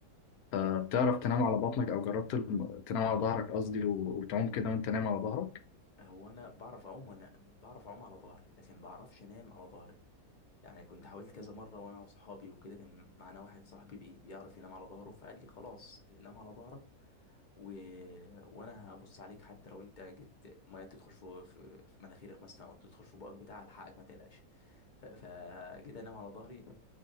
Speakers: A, on the left; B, on the left.
A: آه، بتعرف تنام على بطنك او جربت الم... تنام على ظهرك قصدي و... وتعوم كده وانت نايم على ظهرك
B: هو انا بعرف اعوم وانا بعرف اعوم على ظهري لكن بعرفش انام على ظهري يعني كنت حاولت كذا مره وانا واصحابي وكده كان معانا واحد صاحبي بي- بيعرف ينام على ظهره فقال لي خلاص نام على ظهرك و... وانا هبص عليك حتى لو انت جيت ميه تدخل في في في مناخيرك مثلا او تدخل في بقك بتاع الحقك ما تقلقش ف... فجيت انام على ظهري